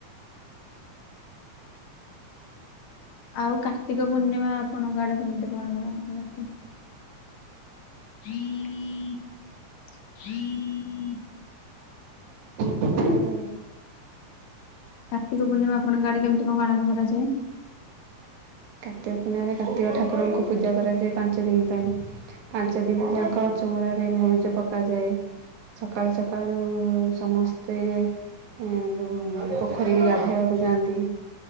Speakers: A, on the left; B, on the right.
A: ଆଉ କାର୍ତ୍ତିକ ପୂର୍ଣ୍ଣିମା ଆପଣଙ୍କ ଆଡେ କେମିତି କଣ ପାଳନ କରାଯାଏ? <inaudible>
B: <unintelligible>
A: କାର୍ତ୍ତିକ ପୂର୍ଣ୍ଣିମା ଆପଣଙ୍କ ଆଡ଼େ କେମିତି କଣ ପାଳନ କରାଯାଏ?
B: କାର୍ତ୍ତିକ ପୂର୍ଣ୍ଣିମା ରେ କାର୍ତ୍ତିକ ଠାକୁରଙ୍କୁ ପୂଜା କରାଯାଏ ପାଞ୍ଚ ଦିନି ପାଇଁ। ପାଞ୍ଚ ଦିନି ଯାକ ଚଉଁରାରେ ମୁରୁଜ ପକାଯାଏ। ସକାଳୁ, ସକାଳୁ ସମସ୍ତେ ଏ ଯୋଉ ପୋଖରୀକୁ ଗାଧୋଇବାକୁ ଯାଆନ୍ତି।